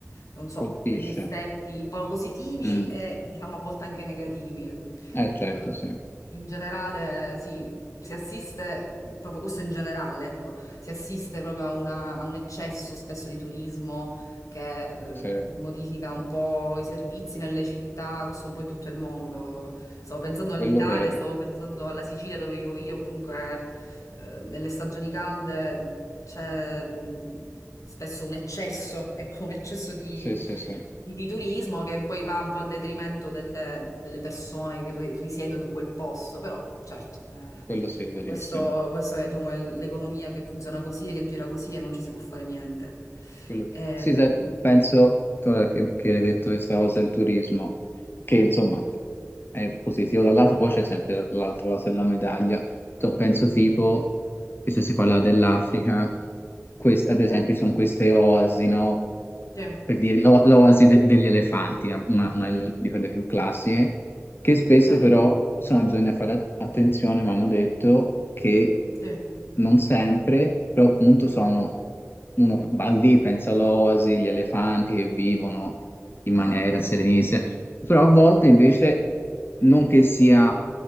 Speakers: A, on the left; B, on the left.
A: non so,
B: Colpisce.
A: degli effetti un po' positivi
B: Mm.
A: e, diciamo, a volte anche negativi. Mm,
B: Eh certo,
A: eh,
B: sì,
A: In generale, sì, si assiste, proprio questo in generale, ecco, si assiste proprio a, una- a un eccesso spesso di turismo che
B: sì,
A: eh, modifica un po' i servizi nelle città, questo un po' in tutto il mondo. Stavo pensando
B: quello
A: all'Italia,
B: vero,
A: stavo pensando alla Sicilia dove vivo io, comunque eh, nelle stagioni calde c'è mh, spesso un eccesso, <laughs> ecco, un eccesso di,
B: sì, sì, sì,
A: di- di turismo che poi va un po' a detrimento delle, delle persone che ri- risiedono in quel posto, però certo, eh,
B: quello sì, verissimo.
A: questo, questo è diciamo, il- l'economia che funziona così, e che gira così e non ci si può fare niente.
B: Quello-
A: Ehm,
B: Sì, sai, penso ora che, che hai detto questa cosa del turismo, che insomma è positivo dal lato, poi c'è sempre l'altra cosa della medaglia. So, Penso tipo, e se si parla dell'Africa, quest- ad esempio ci sono queste oasi, no?
A: sì,
B: Per dire l'o- l'oasi de- degli elefanti, una, una di quelle più classiche, che spesso
A: ok,
B: però, insomma, bisogna fare at- attenzione, mi hanno detto che
A: sì.
B: non sempre, però appunto sono, uno va lì, pensa all'oasi, gli elefanti che vivono in
A: ah.
B: maniera serenissima, però a volte invece non che sia